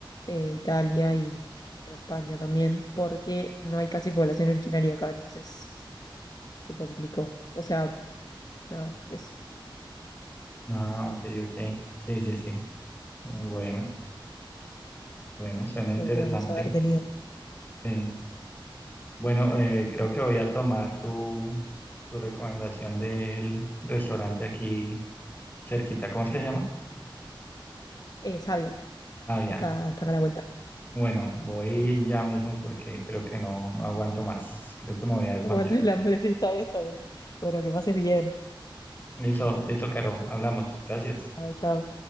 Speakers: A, on the left; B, on the left.
A: eh, de Italia y de España también, porque no hay casi población originaria acá, entonces se complicó. O sea, nada, eso
B: Ah, ok, ok. Sí, sí, sí. Bueno, bueno, suena
A: podríamos
B: interesante.
A: haber tenido.
B: Sí. Bueno, eh, creo que voy a tomar tu, tu recomendación del restaurante aquí cerquita. ¿Cómo es que se llama?
A: Eh, Sabia,
B: Ah, ya.
A: está, está acá a la vuelta.
B: Bueno, voy ya mismo porque creo que no, no aguanto más. Creo que me voy
A: <laughs>
B: a desmayar.
A: Aguanta el hambre, sí, está bien, está bien. Bueno, que pases bien.
B: Listo, listo, Caro. Hablamos. Gracias.
A: Chao, chao.